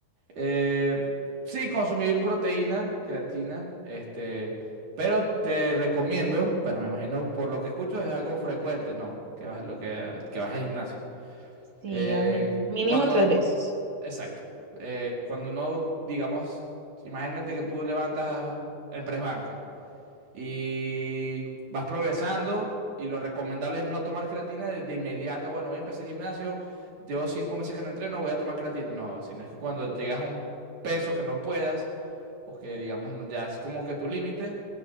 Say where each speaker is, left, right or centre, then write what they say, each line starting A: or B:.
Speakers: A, on the right; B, on the right.
A: Eh, sí, consumir proteína, creatina, este, pero te recomiendo, bueno, me imagino por lo que escucho es algo frecuente, ¿no? Que vas, lo que, que vas al gimnasio.
B: Sí,
A: Eh,
B: al min- mínimo
A: cuando,
B: tres veces.
A: exacto, eh, cuando no, digamos, imagínate que tú levantas en press banca y vas progresando. Y lo recomendable es no tomar creatina de, de inmediato. Bueno, voy a empezar el gimnasio, llevo cinco meses que no entreno, voy a tomar creatina. No, sino es que cuando llegas a un peso que no puedas, o que digamos no- ya es como que tu límite,